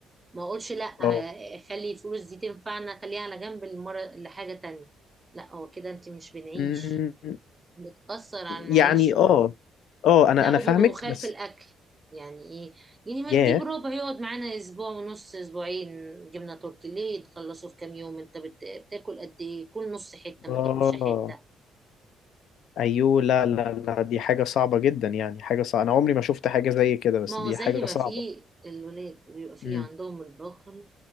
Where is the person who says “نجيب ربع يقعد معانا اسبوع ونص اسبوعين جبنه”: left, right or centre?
Right